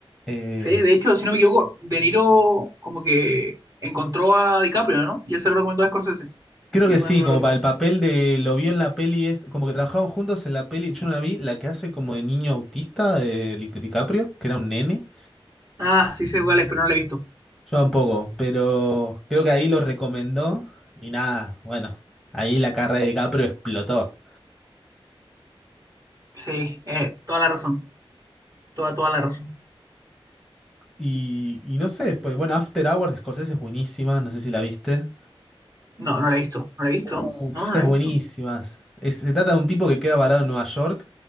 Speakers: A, in the centre; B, on the right (about 40°).
A: Eh,
B: sí. De hecho, si no me equivoco, De Niro como que encontró a DiCaprio, ¿no? Y él se lo recomendó a Scorsese.
A: Creo
B: Sí,
A: que sí,
B: mal no lo
A: como
B: recuerdo.
A: para el papel de lo vio en la peli, es- como que trabajaban juntos en la peli, yo no la vi, la que hace como de niño autista de Li- DiCaprio, que era un nene,
B: Ah, sí sé cuál es, pero no la he visto.
A: yo tampoco, pero creo que ahí lo recomendó y nada, bueno, ahí la carrera de DiCaprio explotó.
B: Sí, eh, toda la razón. Toda, toda la razón.
A: Y, y no sé, pues bueno, After Hours de Scorsese es buenísima, no sé si la viste.
B: No, no la he visto. ¿No la he visto?
A: Uf,
B: No, no
A: esas
B: la he
A: buenísimas.
B: visto.
A: Es- se trata de un tipo que queda varado en Nueva York